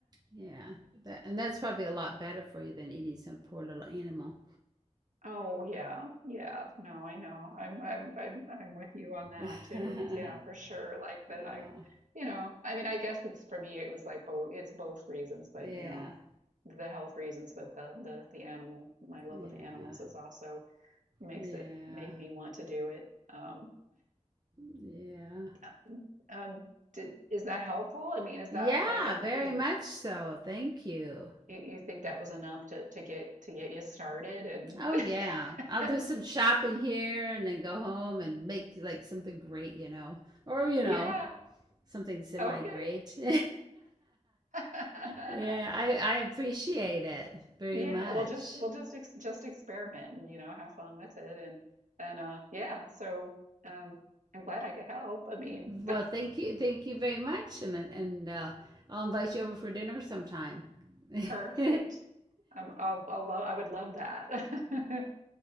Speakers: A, on the right; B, on the right.
A: Yeah. That and that's probably a lot better for you than eating some poor little animal.
B: Oh yeah, yeah. No, I know. I'm I'm I'm I'm with you on that
A: <laughs>
B: too. Yeah, for sure. Like that
A: Oh,
B: I, you know, I mean, I guess it's for me it was like both it's both reasons, but
A: yeah.
B: you know, the health reasons, but the the the animal, my love
A: Yeah.
B: of animals is also makes
A: Yeah.
B: it made me want to do it. Um
A: Yeah.
B: uh, um did, is that helpful? I mean, is
A: Yeah,
B: that like an
A: very
B: in
A: much so. Thank you.
B: you you think that was enough to to get to get you started and
A: Oh
B: <laughs>
A: yeah. I'll do some shopping here and then go home and make like something great, you know. Or, you
B: yeah,
A: know, something semi-great.
B: okay.
A: <laughs>
B: <laughs>
A: Yeah, I I appreciate it very
B: Yeah,
A: much.
B: well, just we'll just ex just experiment and you know have fun with it and and uh yeah. So um, I'm glad I could help. I mean,
A: Well, thank you. Thank you very much and and uh, I'll invite you over for dinner sometime. <laughs>
B: perfect. Um, I'll I'll love I would love that. <laughs>